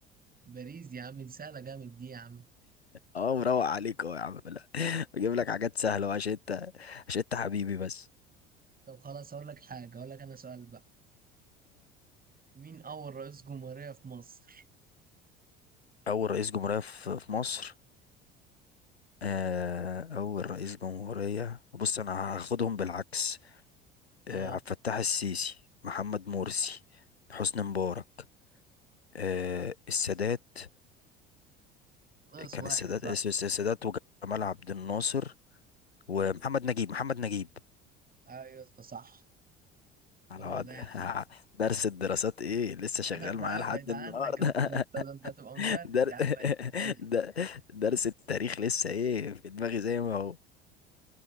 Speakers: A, on the right; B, on the left.
A: باريس يا عم دي سهلة جامد دي يا عم
B: اه مروق عليك اهو يا عم لا <laughs> بجيب لك حاجات سهلة عشان انت عشان انت حبيبي بس
A: طب خلاص أقول لك حاجة أقول لك أنا سؤال بقى مين أول رئيس جمهورية في مصر؟
B: اول رئيس جمهورية في في مصر آه، اول رئيس جمهورية بص انا هاخدهم بالعكس
A: آه
B: آه، عبد الفتاح السيسي محمد مرسي حسني مبارك آه، السادات
A: ناقص
B: كان
A: واحد
B: السادات
A: بقى
B: الس- الس- السادات وجمال عبد الناصر ومحمد نجيب محمد نجيب
A: أيوة أسطى صح
B: على
A: هو
B: وعد
A: ده
B: <laughs>
A: يا عم
B: درس الدراسات ايه لسه
A: <laughs>
B: شغال
A: آه، لا
B: معاه لحد
A: بعيد عنك
B: النهارده
A: ده أنت ده أنت ده أنت هتبقى
B: <laughs>
A: مدرس
B: در...
A: يا عم هتديني
B: <laughs> در... درس التاريخ لسه ايه في دماغي زي ما هو